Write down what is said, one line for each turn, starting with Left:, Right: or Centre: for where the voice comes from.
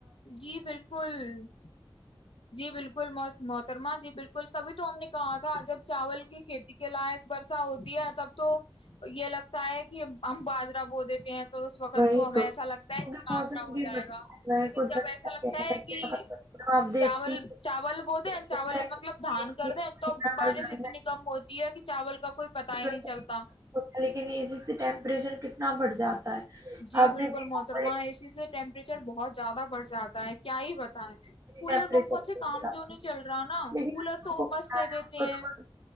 Left: جی بالکل <unintelligible> جی بالکل م محترما جی بالکل تبھی تو ہم نے کہا تھا جب چاول کی کھیتی کے لائق برسا ہوتی ہے تب تو یہ لگتا ہے کہ ہم باجرا بو دیتے ہیں <unintelligible> تو اس وقت
Right: وہی
Left: تو ہمیں
Right: کیونکہ
Left: ایسا لگتا ہے کہ کاچرا
Right: موسم
Left: ہو
Right: کی
Left: جائے
Right: بدلاؤ
Left: گا
Right: ہے
Left: یکن
Right: قدرت
Left: جب ایسا
Right: کا
Left: لگتا
Right: کہر
Left: ہے
Right: کیا
Left: کہ
Right: کر سکتے ہو آپ دیکھتی
Left: <unintelligible> چاول چاول
Right: ہیں
Left: بول دیں چاول مطلب دھان
Right: اس کی
Left: کر
Right: دنیا
Left: دیں توب بارش
Right: ہر گھر
Left: اتنی
Right: میں
Left: کم ہوتی ہے کہ چاول کا کوئی پتا ہی
Right: ہوتا
Left: نہیں چلتا
Right: ہے، اسی سے ٹیمپریچر کتنا بڑھ جاتا ہے <unintelligible>
Left: جی
Right: آپ
Left: بالکل
Right: نے دیکھا
Left: محترمہ
Right: بڑے
Left: اے سی سے ٹیمپریچر بہت زیادہ بڑھ جاتا ہے کیا ہی پت ہے کولر
Right: ٹیمپریچر
Left: پنکھوں سے کام جو نہیں چل رہا نا
Right: لیکن
Left: کولر تو
Right: ان کو
Left: ا
Right: کیا
Left: مس دے
Right: ہے
Left: دیتے
Right: ان کو تو
Left: ہیں
Right: بس